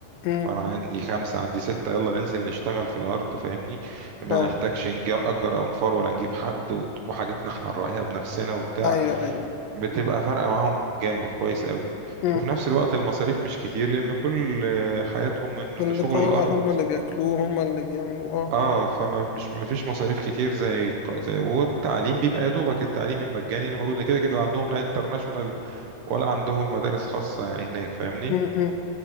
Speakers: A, on the left; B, on the right.
A: مم.
B: فانا عندي خمسه عندي سته يلا ننزل نشتغل في الارض فاهمني ما
A: اه
B: نحتاجش نأجر انفار ولا نجيب حد و... وحاجتنا احنا نراعيها بنفسنا وبتاع
A: ايوه ايوه
B: بتبقى فارقه معاهم جامد كويس قوي
A: مم.
B: وفي نفس الوقت المصاريف مش كتير لان كل حياتهم من
A: اللي
B: شغل
A: طالع
B: الارض
A: هم اللي بياكلوه هم اللي بيعملوه اه
B: اه فما مش مفيش مصاريف كتير زي زي والتعليم بيبقى يا دوبك التعليم المجاني اللي موجود كده كده لا عندهم لا انترناشونال ولا عندهم مدارس خاصة يعني هناك فاهمني
A: م- م-